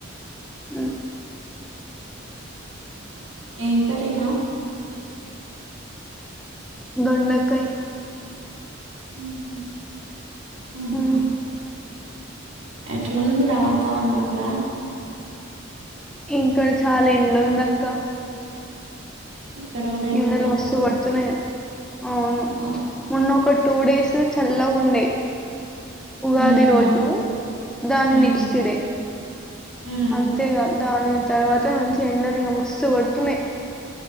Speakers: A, in the centre; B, on the right.
A: హృ
B: ఏం కర్రీ రా
A: దొండకాయ్
B: హు హు అవునా
A: ఉమ్
B: ఎట్లాందిరా వాతావరణం అక్కడ
A: ఇంక చాలా ఎండుంది అక్క
B: ఇక్కడ కూడా ఎండ
A: ఎండలు
B: బాగుంది
A: మస్తు కొడుతున్నాయో అవును
B: ఆ
A: ఉన్నఒకటి టూ డేస్ చల్లగుండే ఉగాది
B: ఉమ్
A: రోజు
B: ఆ
A: దాని
B: ఉమ్
A: నెక్స్ట్ డే
B: ఉమ్
A: అంతేకాద దాని తర్వాత నుంచి ఎండలు ఇగ మస్తు కొడుతున్నాయి